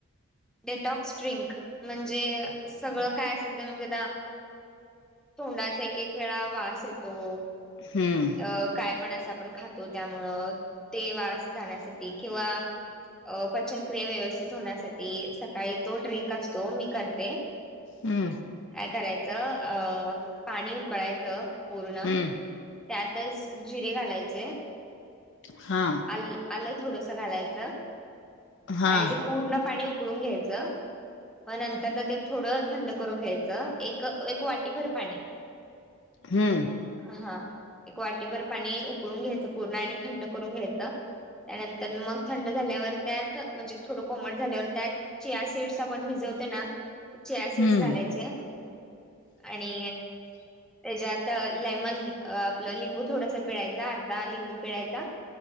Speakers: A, in the centre; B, on the left (about 55°).
A: Detox drink. म्हणजे सगळं काय असेल ते. म्हणजे आता तोंडाचा एक एक वेळा वास येतो.
B: हम्म.
A: अ काय पण असं आपण खातो त्यामुळं ते वास जाण्यासाठी किंवा अ पचन प्रक्रिया व्यवस्थित होण्यासाठी सकाळी तो ड्रिंक असतो मी करते.
B: हम्म.
A: काय करायचं अ पाणी उकळायचं पूर्ण
B: हम्म
A: त्यातच जिरे घालायचे
B: हा
A: आल आलं थोडस घालायचं
B: हा
A: आणि ते पूर्ण पाणी उकळून घ्यायचं मग नंतरन ते थोडं थंड करून घ्यायचं. एक एक वाटीभर पाणी.
B: हम्म.
A: हा एक वाटीभर पाणी उकळून घ्यायचं पूर्ण आणि थंड करून घ्यायचं. त्यानंतर मग थंड झाल्यावर त्यात म्हणजे थोडं कोमट झाल्यावर त्यात चिया सीड्स आपण भिजवते ना चिया सीड्स
B: हम्म
A: घालायचे आणि त्याच्यात लेमन अ लिंबू थोडासा पिळायचा अर्ध लिंबू पिळायचा.